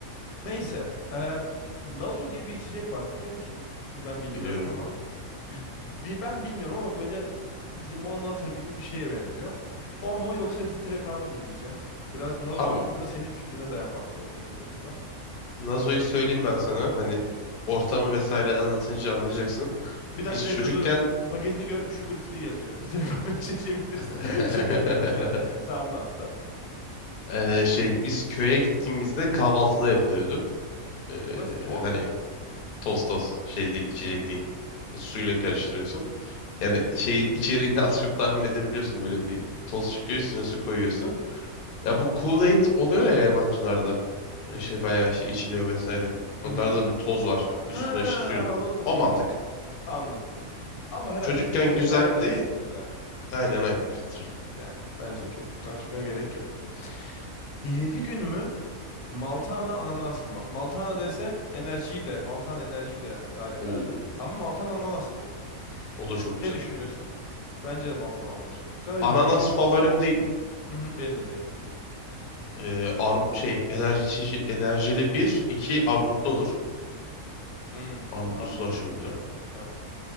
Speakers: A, on the left (about 85°); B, on the left (about 60°).
A: Neyse. em, Nazo diye bir içecek var biliyor musun? Çünkü ben bilmiyorum
B: Biliyorum.
A: ama. güz- bi- Ben bilmiyorum ama böyle limonata gibi bir şeye benziyor. O mu yoksa filtre kahve mi diyeceğim. Biraz Nazo
B: Abi
A: hakkında senin fikrine dayanmak zorundayız bu durumda.
B: Nazo'yu söyleyeyim ben sana. Hani ortamı vesaire anlatınca anlayacaksın.
A: Bir dakika
B: Biz
A: bir dakika
B: çocukken
A: dur dur dur. Paketini gördüm sugar free yazıyor. <laughs> Filtre kahve şişebiliriz.
B: <laughs>
A: <laughs> Şaka yapıyorum şey yap. Sen anlat da.
B: eee, şey biz köye gittiğimizde kahvaltıda yapılıyordu. Eee,
A: Nasıl toz
B: hani
A: mu?
B: toz toz şey değil içecek
A: Hmm.
B: değil.
A: Hı
B: Suyla karıştırıyorsun. Yani şey içeriğini <laughs> az çok tahmin edebiliyorsun. Böyle bir toz çıkıyor üstüne su koyuyorsun. Ya bu Kool-Aid oluyor ya yabancılarda.
A: hı.
B: Böyle Şey bayağı şey içiliyor vesaire.
A: Hı
B: Onlarda
A: hı.
B: da bir toz var
A: Ha
B: üstüne işte suyla.
A: anladım.
B: O mantık.
A: Anladım. Ama herhalde
B: Çocukken
A: filtre
B: güzeldi.
A: kahve dersin yine de.
B: Aynen aynen filtre.
A: Yani bence de çok tartışmaya gerek yok. 7 gün mü? Maltana ananas mı? Bak Maltana dese enerjiyi de, Maltana enerjiyi de dahil ederdim.
B: Oo,
A: Ama Maltana ananas diyor.
B: o da çok güzel.
A: Ne düşünüyorsun? Bence de Maltana ananas çok güzel ve
B: Ananas
A: 7 gün
B: favorim değil.
A: hı hı, benim de değil.
B: Ee, arm şey enerji, içici- enerjili bir, iki armutlu olur.
A: Hmm,
B: Armutlusu
A: armut
B: da
A: da
B: aşırı
A: çok
B: güzel.
A: güzel. Evet.